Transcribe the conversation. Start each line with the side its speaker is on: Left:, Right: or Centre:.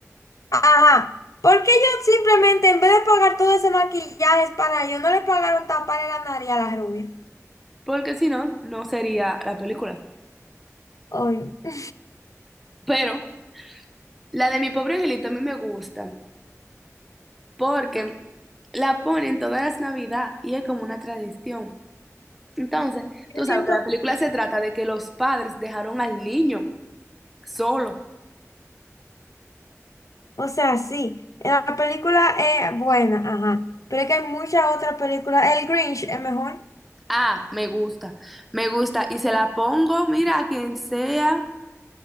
Left: ajá, porque qué ellos simplemente en vez de pagar todo ese maquillaje es para ellos, no le pagaron tapar la nariz a la rubia?
Centre: porque si no, no sería la película.
Left: Oye, yo
Centre: Pero la de mi pobre angelito a mí me gusta porque la ponen todas las Navidad y es como una tradición. Entonces, tú sabes
Left: siento,
Centre: que la película se trata de que los padres dejaron al niño solo.
Left: o sea, sí, la película es buena, ajá, pero es que hay muchas otras películas. El Grinch es mejor.
Centre: Ah, me gusta, me gusta. Y se la pongo, mira, a quien sea.